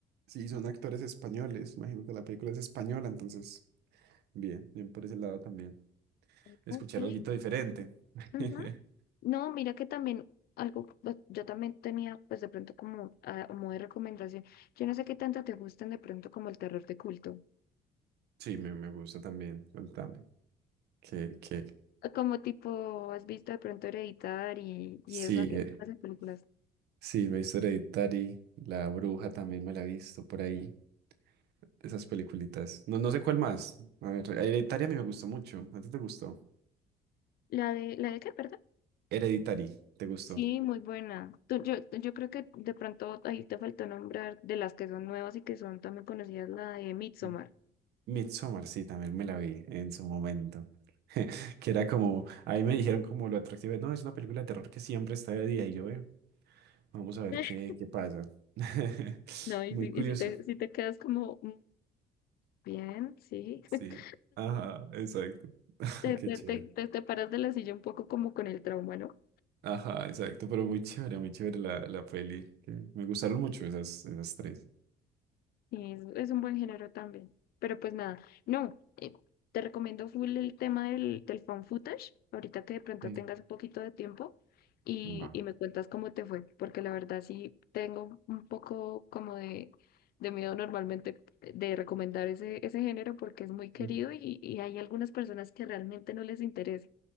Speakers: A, on the right; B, on the left.
A: sí, y son actores españoles, imagino que la película es española, entonces Bien, bien por ese lado también. Escuchar
B: Ok.
A: algo diferente. <laughs>
B: ujú. No, mira que también algo, pues, yo también tenía pues de pronto como ah, a modo de recomendación, yo no sé qué tanto te gustan de pronto como el terror de culto,
A: Sí, me, me gusta también. Contame. Que, que
B: Ah, como tipo, has visto de pronto Hereditar y,
A: sí,
B: y esa, esas
A: eh,
B: películas.
A: sí, me he visto Hereditary, La Bruja también me la he visto por ahí. Esas peliculitas. No, no sé cuál más. A ver, Hereditary a mí me gustó mucho. ¿A ti te gustó?
B: La de, ¿la de qué, perdón?
A: Hereditary, ¿te gustó?
B: Sí, muy buena. Tú- yo, yo creo que de pronto ahí te faltó nombrar de las que son nuevas y que son también conocidas, la de Midsommar.
A: Sí. Midsommar, sí, también me la vi en su momento. <laughs> Que era como, ahí me dijeron como lo atractivo, no, es una película de terror que siempre está de día y yo, veo. Vamos a ver
B: <laughs>
A: qué, qué pasa. <laughs>
B: No, y,
A: Muy
B: si, y
A: curioso.
B: si te, si te quedas como "Mm, bien, sí,
A: Sí.
B: <laughs>
A: Ajá, exacto. <laughs>
B: te,
A: Qué
B: te,
A: chévere.
B: te, te, te paras de la silla un poco como con el trauma, ¿no?
A: Ajá, exacto. Pero muy chévere, muy chévere la, la peli. que me gustaron mucho esas, esas tres.
B: Sí, es, es un buen género también. Pero pues nada, no, eh, te recomiendo full el tema del, del fan footage, ahorita que de pronto
A: Sí.
B: tengas un poquito de tiempo y,
A: Va.
B: y me cuentas cómo te fue, porque la verdad sí tengo un poco como de, de miedo normalmente de recomendar ese, ese género porque es muy querido
A: Ujú.
B: y, y hay algunas personas que realmente no les interesa.